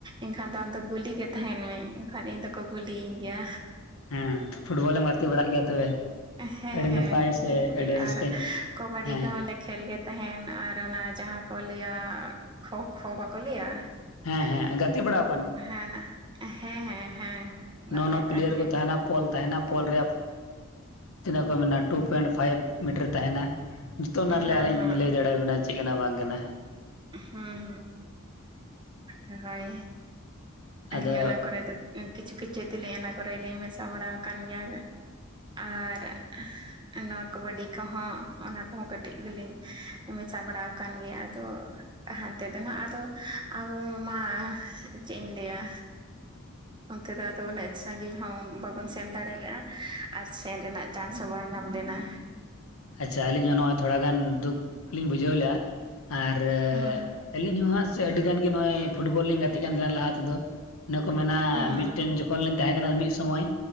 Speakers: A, on the right (about 20°); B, on the left (about 75°).
A: ᱮᱱᱠᱷᱟᱱ ᱫᱚ ᱟᱢᱫᱚ ᱜᱩᱞᱤ ᱜᱮ ᱛᱟᱦᱮᱸᱱ ᱢᱮ ᱮᱱᱠᱷᱟᱱ ᱤᱧ ᱫᱚᱠᱚ ᱜᱩᱞᱤᱭᱤᱧ ᱜᱮᱭᱟ
B: ᱦᱮᱸ ᱯᱷᱩᱴᱵᱚᱞᱮᱢ ᱜᱟᱛᱮ ᱵᱟᱲᱟᱜ ᱜᱮᱭᱟ ᱛᱚᱵᱮ
A: ᱦᱮᱸ
B: ᱟᱹᱰᱤ
A: ᱦᱮᱸ
B: ᱱᱟᱯᱟᱭ
A: ᱠᱩᱴᱤ
B: ᱥᱮ
A: ᱠᱩᱴᱤ
B: ᱟᱹᱰᱤ ᱨᱟᱹᱥᱠᱟᱹᱧ
A: ᱟᱨ ᱠᱟᱵᱟᱰᱤ
B: ᱦᱮᱸ
A: ᱠᱚᱦᱚᱸ ᱠᱷᱮᱞ ᱜᱮ ᱛᱟᱦᱮᱸᱱ ᱟᱨ ᱚᱱᱟ ᱡᱟᱦᱟᱸ ᱠᱚ ᱞᱟᱹᱭᱟ ᱠᱷᱳ ᱠᱷᱳ ᱵᱟᱠᱚ ᱞᱟᱹᱭᱟ
B: ᱦᱮᱸ ᱦᱮᱸ ᱜᱟᱛᱮ ᱵᱟᱲᱟ
A: ᱦᱮᱸ ᱦᱮᱸ ᱦᱮᱸ ᱦᱮᱸ ᱜᱟᱛᱮ
B: ᱱᱚ ᱱᱚ ᱯᱞᱤᱭᱟᱹᱨ
A: ᱠᱟᱱ ᱜᱮᱭᱟᱞᱤᱧ
B: ᱠᱚ ᱛᱟᱦᱮᱱᱟ ᱯᱚᱞ ᱛᱟᱦᱮᱱᱟ ᱯᱚᱞ ᱨᱮᱭᱟᱜ ᱛᱤᱱᱟᱹᱜ ᱠᱚ ᱢᱮᱱᱟ ᱴᱩ ᱯᱚᱭᱮᱱᱴ ᱯᱷᱟᱭᱤᱵᱽ ᱢᱤᱴᱟᱹᱨ ᱛᱟᱦᱮᱱᱟ ᱡᱚᱛᱚ ᱚᱱᱟ ᱨᱮᱞᱟᱜ
A: ᱦᱮᱸ
B: ᱞᱤᱧ
A: ᱦᱮᱸ
B: ᱞᱟᱹᱭ ᱫᱟᱲᱮ ᱭᱟᱵᱮᱱᱟ ᱪᱮᱜ ᱠᱟᱱᱟ ᱵᱟᱝ ᱠᱟᱱᱟ
A: ᱦᱩᱸ ᱦᱩᱸ ᱦᱳᱭ ᱟᱹᱞᱤᱧ
B: ᱟᱫᱚ
A: ᱚᱱᱟ ᱠᱚᱨᱮ ᱫᱚ ᱠᱤᱪᱷᱩ ᱠᱤᱪᱷᱩ ᱛᱮᱞᱮᱧ ᱚᱱᱟ ᱠᱚᱨᱮ ᱞᱤᱧ ᱢᱮᱥᱟ ᱵᱟᱲᱟ ᱟᱠᱟᱱ ᱜᱮᱭᱟ ᱟᱨ ᱱᱚᱣᱟ ᱠᱟᱵᱟᱰᱤ ᱠᱚᱦᱚᱸ ᱚᱱᱟ ᱠᱚᱦᱚᱸ ᱠᱟᱹᱴᱤᱡ ᱜᱮᱞᱤᱧ ᱢᱮᱥᱟ ᱵᱟᱲᱟ ᱟᱠᱟᱱ ᱜᱮᱭᱟ ᱟᱫᱚ ᱦᱟᱱᱛᱮ ᱫᱚ ᱱᱟᱦᱟᱸᱜ ᱟᱫᱚ ᱟᱵᱚ ᱢᱟ ᱪᱮᱫ ᱤᱧ ᱞᱟᱹᱭᱟ? ᱚᱱᱛᱮ ᱫᱚ ᱟᱫᱚ ᱩᱱᱟᱹᱜ ᱥᱟᱜᱤᱧ ᱦᱚᱸ ᱵᱟᱵᱚᱱ ᱥᱮᱱ ᱫᱟᱲᱮᱞᱮᱜᱼᱟ ᱟᱨ ᱥᱮᱱ ᱨᱮᱱᱟᱜ ᱪᱟᱱᱥ ᱦᱚᱸ ᱵᱟᱝ ᱧᱟᱢ ᱞᱮᱱᱟ
B: ᱟᱪᱷᱟ ᱟᱹᱞᱤᱧ ᱦᱚᱸ ᱱᱚᱜᱼᱚᱭ ᱛᱷᱚᱲᱟᱜᱟᱱ ᱫᱩᱠᱷ ᱞᱤᱧ ᱵᱩᱡᱷᱟᱹᱣ ᱞᱮᱫᱼᱟ ᱟᱨ
A: ᱦᱩᱸ
B: ᱟᱹᱞᱤᱧ ᱦᱚᱸ ᱦᱟᱸᱜ ᱥᱮ ᱟᱹᱰᱤ ᱜᱟᱱ ᱜᱮ ᱱᱚᱜᱼᱚᱭ ᱯᱷᱩᱴᱵᱚᱞ ᱞᱤᱧ ᱜᱟᱛᱮᱜ ᱠᱟᱱ ᱛᱟᱦᱮᱸᱱᱟ ᱞᱟᱦᱟ ᱛᱮᱫᱚ ᱚᱱᱮ ᱠᱚ ᱢᱮᱱᱟ
A: ᱦᱩᱸ
B: ᱢᱤᱫ ᱴᱮᱱ ᱡᱚᱠᱷᱚᱱ ᱠᱷᱚᱱ ᱞᱤᱧ ᱛᱟᱦᱮᱸ ᱠᱟᱱᱟ ᱢᱤᱫ ᱥᱚᱢᱚᱭ